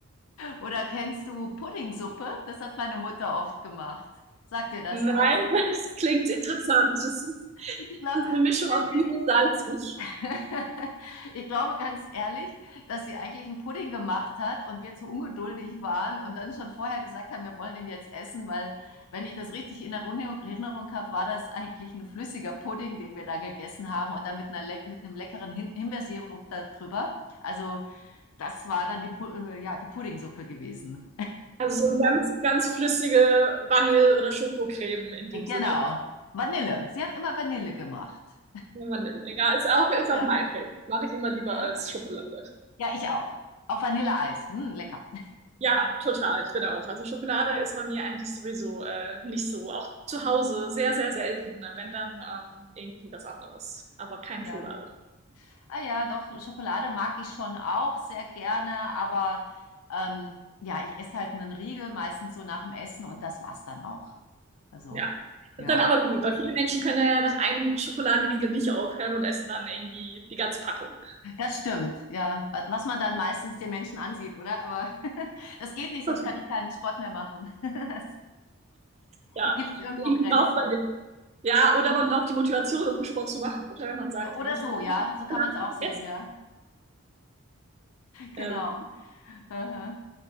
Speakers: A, on the left (about 85°); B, on the right (about 30°).
A: Oder kennst du Puddingsuppe? Das hat meine Mutter oft gemacht. Sagt dir das
B: Nein,
A: was?
B: <laughs> das klingt interessant. Das ist, das
A: Ich glaube,
B: ist eine Mischung
A: wenn
B: aus
A: ihr
B: süß
A: nicht
B: und salzig.
A: <laughs> Ich glaube ganz ehrlich, dass sie eigentlich einen Pudding gemacht hat und wir zu ungeduldig waren und dann schon vorher gesagt haben: „Wir wollen den jetzt essen“, weil wenn ich das richtig in Erinnerung habe, war das eigentlich ein flüssiger Pudding, den wir dann gegessen haben und dann mit 'ner leck mit 'nem leckeren Himbeersirup da drüber. Also, das war dann die Pu äh, ja, die Puddingsuppe gewesen.
B: Also so eine ganz, ganz flüssige Vanille- oder Schokocreme in dem
A: Genau,
B: Sinne.
A: Vanille. Sie hat immer Vanille gemacht.
B: Ja, Mandeln. Ja, ist auch, ist
A: Ja,
B: auch mein Film. Mache ich immer lieber
A: ja.
B: als Schokolade.
A: Ja, ich auch. Auf Vanilleeis. Hm, lecker.
B: Ja, total. Ich bin auch. Also Schokolade ist bei mir eigentlich sowieso äh, nicht so. Auch zu Hause sehr, sehr selten. Ne? Wenn dann ähm, irgendwie was anderes. Aber keine
A: Ja.
B: Schokolade.
A: Ah ja, doch, Schokolade mag ich schon auch sehr gerne, aber ähm, ja, ich esse halt einen Riegel, meistens so nach dem Essen und das war's dann auch. Also,
B: Ja. Das
A: ja,
B: ist dann aber gut, weil viele Menschen können ja nach einem Schokoladenriegel nicht aufhören und essen dann irgendwie die ganze Packung.
A: das stimmt, ja. Wa- Was man dann meistens den Menschen ansieht, oder? Aber <laughs> das geht nicht, sonst
B: <laughs>
A: kann ich keinen Sport mehr machen. <laughs>
B: Ja.
A: Es Gibt irgendwo
B: Irgendwie
A: Grenzen?
B: braucht man den. Ja, oder man braucht die Motivation, um Sport zu machen. Oder man sagt,
A: Oder
B: hey, ich
A: so,
B: habe jetzt
A: ja,
B: nicht
A: so kann man es auch
B: gegessen.
A: sehen, ja. Genau.
B: Ähm,
A: Aha.